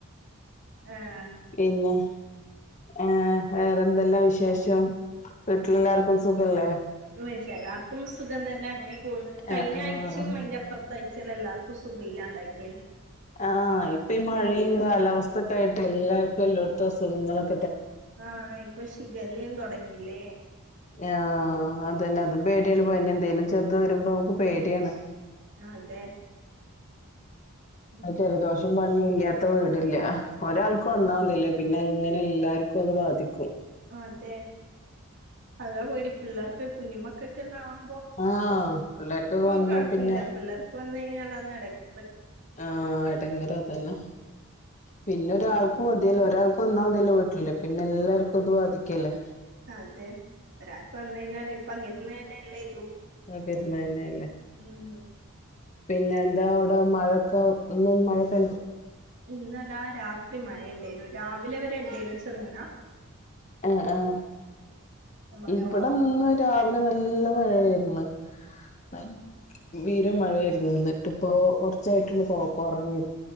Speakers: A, on the right; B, on the left.
A: ഏഹ്
B: പിന്നെ ആഏ വേറെന്തെല്ലാം വിശേഷം വീട്ടിലെ എല്ലാർക്കും സുഖല്ലേ
A: വീട്ടിൽ എല്ലാർക്കും സുഖം തന്നെ അങ്ങ പോന്ന് കഴഞ്ഞാച്ചയും
B: ആഹ് ആഹ്
A: അയിന്റപ്ര തയ്ച്ചാല എല്ലാർക്കും സുഖില്ലാണ്ടായിപ്പോയി
B: ആഹ ഇപ്പ ഈ മഴയും കാലാവസ്ഥൊക്കെ ആയിട്ട് എല്ലാവർക്കും എല്ലോടത്തും അസുഖങ്ങളക്ക
A: ആ ഇപ്പൊ ശിഖല്യും തുടങ്ങി ല്ലേ
B: ആ ആ അതന്നെ അതും പേട്യാണ് <unintelligible> എന്തേലും ചെറുത് വരുമ്പോ ഓക്ക് പേടിയാണ്
A: ആ അതെ ഉം
B: അത് ജലദോഷം പണി ഇല്ലാത്ത വീടില്ല ഒരാൾക്കും വന്നാമതിലേ പിന്നെ അങ്ങനെ എല്ലാർക്കും അത് ബാധിക്ക
A: ആ അതെ അതാ പേടി പിള്ളേർക്ക് കുഞ്ഞ് മക്കൾക്കെല്ലാം
B: ആഹ് പിള്ളേർക്കൊക്കെ വന്നാ
A: കൊഴപ്പില്ല
B: പിന്നെ
A: പിള്ളേർക്ക് വന്ന് കഴിഞ്ഞാലാന്ന് എടങ്ങാറ്
B: ആഹ് എടങ്ങേറ് അതെന്നെ പിന്നെ ഒരാൾക്കും മതിയല്ല ഒരാൾ വന്നാമതില്ലൊ വീട്ടില് പിന്നെ എല്ലാവർക്കും അത് ബാധിക്കും ക്കെല്ലെ
A: അതെ രാത്രി വന്നാല് പകരുന്ന എല്ല ഇതും
B: തന്നെയല്ലെ
A: ഉം
B: പിന്നെ എന്താ അവിടെ മഴൊക്കെ ഒ മഴക്കെ
A: ഇന്നലാ രാത് ത്രി മഴണ്ടേനു രാവിലെ വരെ ഇണ്ടേനു ചെറുങ്ങനാ
B: ആ ആ
A: മഴ
B: ഇവിടെന്ന്
A: കൊറവ്
B: രാവിലെ നല്ല മഴയായിരുന്നു ത ബീരമഴായിയിരുന്നു എന്നിട്ട് ഇപ്പോ കുറച്ചായിട്ടുള്ളൂ പോ കൊറഞ്ഞി